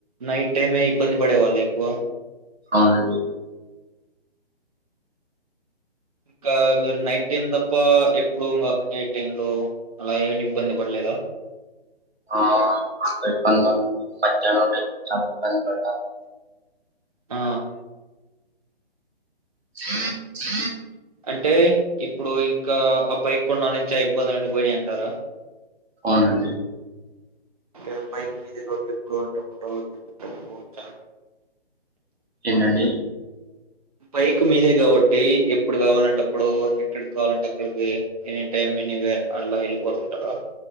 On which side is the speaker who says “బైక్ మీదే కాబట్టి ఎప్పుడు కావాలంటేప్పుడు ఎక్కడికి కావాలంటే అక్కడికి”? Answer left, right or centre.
Right